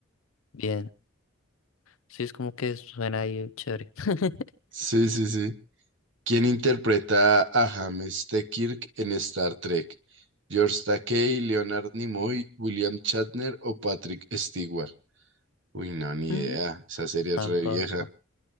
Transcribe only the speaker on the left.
Bien. Sí, es como que suena ahí chévere. <laughs>
Mm,
Tampoco,